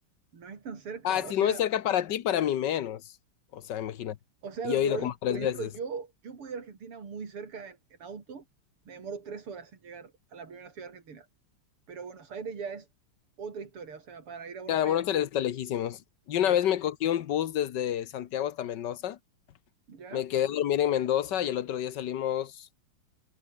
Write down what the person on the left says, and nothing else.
Ah, si
no es cerca para ti, para mí menos. O sea, imagínate.
Y
yo
he ido
como tres
veces.
Claro,
Buenos Aires está lejísimos. Y una
vez
me cogí un bus desde Santiago hasta Mendoza.
Me quedé a dormir en Mendoza y el otro día salimos...